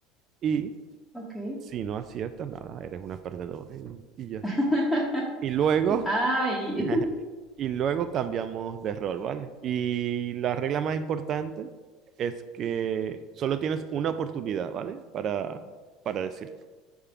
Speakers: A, on the right; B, in the centre.
A: Y
B: Ok.
A: si no aciertas, nada, eres una perdedora y, y ya está.
B: <laughs>
A: Y luego,
B: Ay.
A: <laughs> y luego cambiamos de rol, ¿vale? Y la regla más importante es que solo tienes una oportunidad, ¿vale? Para, para decirlo.